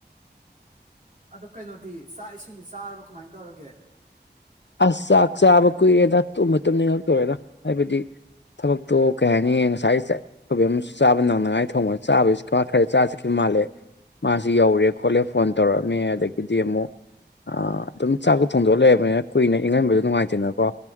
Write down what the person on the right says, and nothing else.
ꯑꯗꯨ ꯀꯩꯅꯣꯗꯤ ꯆꯥꯛ ꯏꯁꯤꯡꯗꯤ ꯆꯥꯔꯕ ꯀꯃꯥꯏꯟ ꯇꯧꯔꯒꯦ